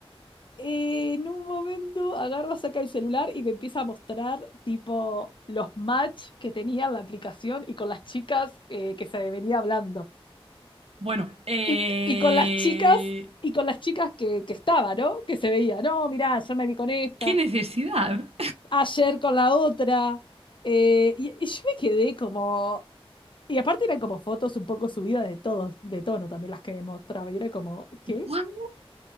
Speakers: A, on the left; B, on the right.
A: Eh, en un momento agarra, saca el celular y me empieza a mostrar tipo los match que tenía en la aplicación y con las chicas eh, que se venía hablando.
B: Bueno, eh,
A: Y, y con las chicas, y con las chicas que, que estaba, ¿no? Que se veía, no, mirá, ayer me vi con esta,
B: ¿qué necesidad?
A: ayer con la otra. Eh, y, y yo me quedé como. Y aparte eran como fotos un poco subidas de todos, de tono también las que me mostraba. Y era como, ¿qué?
B: Igual.